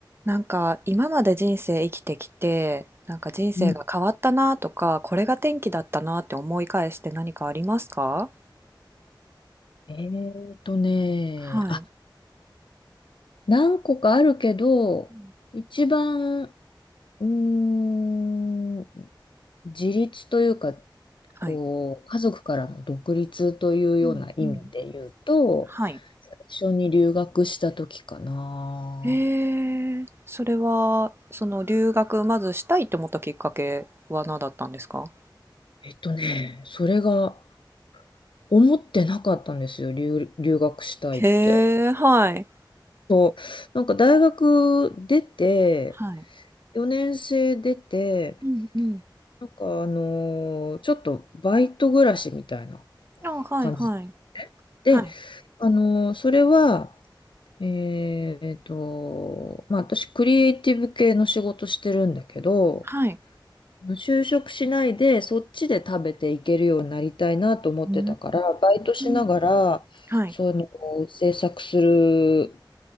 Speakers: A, on the right; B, on the left.
A: なんか今まで人生生きてきてなんか人生が変わったなとかこれが転機だったなって思い返して何かありますか
B: うん、えーとね、
A: はい
B: あ、何個かあるけど、
A: うん
B: 一番、うーん、自立というか、こう、
A: はい
B: 家族からの独立というような意味で言うと、
A: うんうんはい
B: 最初に留学した時かな。
A: へえそれはその留学まずしたいって思ったきっかけは何だったんですか
B: えっとね、それが思ってなかったんですよ、留、留学したいって。
A: へーはい
B: そう、なんか大学出て、
A: はい
B: 4年生出て、
A: うんうん
B: なんかあのーちょっとバイト暮らしみたいな
A: あはいはい
B: 感じだったのね。
A: はい
B: で、あのーそれは、えっと、まあ私クリエイティブ系の仕事してるんだけど、
A: はい
B: 就職しないでそっちで食べていけるようになりたいなと思ってたから、
A: うー
B: バイトしながら、
A: んはい
B: その制作する、